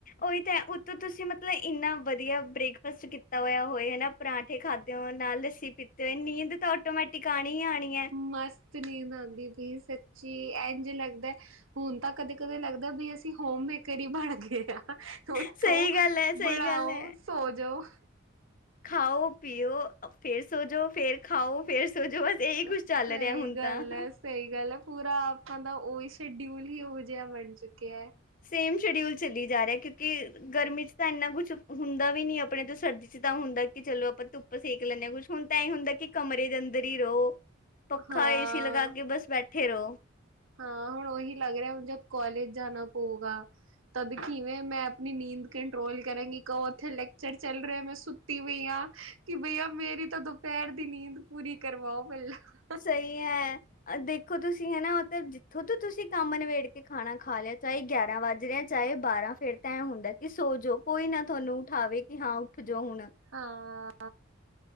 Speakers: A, on the left (about 40°); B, on the right (about 85°).
A: ਉਹੀ ਤਾਂ ਹੈ ਉੱਤੋ ਤੁਸੀਂ ਮਤਲਬ ਇੰਨਾ ਵਧੀਆ ਬ੍ਰੇਕਫਾਸਟ ਕੀਤਾ ਹੋਇਆ ਹੋਏ ਹਨਾ ਪਰਾਂਠੇ ਖਾਧੇ ਹੋਣ ਨਾਲ ਲੱਸੀ ਪੀਤੀ ਹੋਏ ਨੀਂਦ ਤਾਂ ਆਟੋਮੈਟਿਕ ਆਣੀ ਆਣੀ। ਹੈ।
B: ਮਸਤ ਨੀਂਦ ਆਂਦੀ ਬਈ ਸ ਜੀ ਇੰਝ ਲੱਗਦਾ, ਹੁਣ ਤਾਂ ਕਦੇ-ਕਦੇ ਲੱਗਦਾ ਵੀ ਅਸੀਂ ਹੋਮ ਮੇਕਰ ਈ ਬਣ ਗਏ। ਉੱਠੋ,
A: ਸਹੀ ਗੱਲ ਹੈ ਸਹੀ
B: ਬਣਾਓ,
A: ਗੱਲ ਹੈ।
B: ਸੋ ਜੋ।
A: ਖਾਓ, ਪੀਓ, ਫੇਰ ਸੋਜੋ ਫੇਰ ਖਾਓ ਫੇਰ ਸੋ ਜੋ ਬਸ ਇਹੀ ਕੁੱਝ
B: ਸਹੀ
A: ਚੱਲ ਰਿਹਾ ਹੁਣ
B: ਗੱਲ
A: ਤਾਂ।
B: ਹੈ ਸਹੀ ਗੱਲ ਏ ਪੂਰਾ ਆਪਾਂ ਦਾ ਉਹੀ ਸ਼ਡਿਊਲ ਹੀ ਉਹੋ ਜਿਹਾ ਬਣ ਚੁੱਕਿਆ।
A: ਸੇਮ ਸ਼ਡਿਊਲ ਚੱਲੀ ਜਾ ਰਿਹਾ ਕਿਉਂਕਿ ਗਰਮੀ 'ਚ ਤਾਂ ਇੰਨਾ ਕੁਛ ਹੁੰਦਾ ਵੀ ਨੀ ਆਪਣੇ ਤੋਂ ਸਰਦੀ 'ਚ ਤਾਂ ਹੁੰਦਾ ਕਿ ਚਲੋ ਆਪਾਂ ਧੁੱਪ ਸੇਕ ਲੈਂਨੇ ਆ ਕੁਛ ਹੁਣ ਤਾਂ ਐ ਹੁੰਦਾ ਕਿ ਕਮਰੇ ਦੇ ਅੰਦਰ ਈ ਰਹੋ। ਪੱਖਾ
B: ਹਾਂ
A: ਏ ਸੀ ਲਗਾ ਕੇ ਬਸ ਬੈਠੇ ਰਹੋ।
B: ਹਾਂ ਹੁਣ ਉਹੀ ਲੱਗ ਰਿਹਾ ਹੁਣ ਜਦ ਕੋਲਜ ਜਾਣਾ ਪਊਗਾ ਤਦ ਖੀਵੇਂ ਮੈਂ ਆਪਣੀ ਨੀਂਦ ਕੰਟਰੋਲ ਕਰਾਂਗੀ ਕਹੋ ਉੱਥੇ ਲੈਕਚਰ ਚੱਲ ਰਿਹਾ ਮੈਂ ਸੁੱਤੀ ਪਈ ਆ ਕਿ ਬਈਆ ਮੇਰੀ ਤਾਂ ਦੁ ਪੈਰ ਦੀ ਨੀਂਦ ਪੂਰੀ ਕਰਵਾਓ ਪਹਿਲਾਂ।
A: ਸਹੀ ਐ। ਦੇਖੋ ਤੁਸੀਂ ਹਨਾ ਉਹ ਤਾਂ ਜਿੱਥੋਂ ਤੋਂ ਤੁਸੀਂ ਕੰਮ ਨਿਵੇੇੜ ਕੇ ਖਾਣਾ ਖਾ ਲਿਆ ਚਾਹੇ ਗਿਆਰਾਂ ਵੱਜ ਰਹੇ ਚਾਏ ਬਾਰਾਂ ਫੇਰ ਤਾਂ ਐਂ ਹੁੰਦਾ ਕਿ ਸੋ ਜਾ ਕੋਈ ਨਾ ਥੋਨੂੰ ਉਠਾਵੇ ਕਿ ਹਾਂ ਉੱਠ ਜੋ ਹੁਣ।
B: ਹਾਂ।